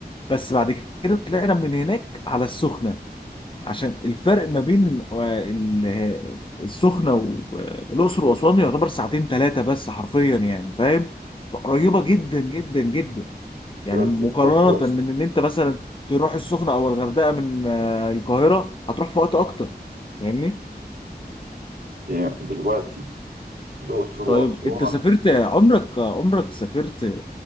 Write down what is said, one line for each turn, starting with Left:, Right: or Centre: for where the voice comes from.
Left: بس بعد كده طلعنا من هناك على السخنة عشان الفرق ما بين آه، ال- السخنة والأقصر وأسوان يعتبر ساعتين ثلاثة بس حرفيا يعني فاهم فقريبة جدا جدا جدا يعني
Right: بجد
Left: مقارنة
Right: الأقصر وأسوان
Left: من إن أنت مثلا تروح السخنة أو الغردقة من آه، القاهرة هتروح في وقت أكتر فاهمني؟
Right: يعني دلوقتي الأقصر
Left: طيب
Right: وأسوان
Left: أنت سافرت عمرك عمرك سافرت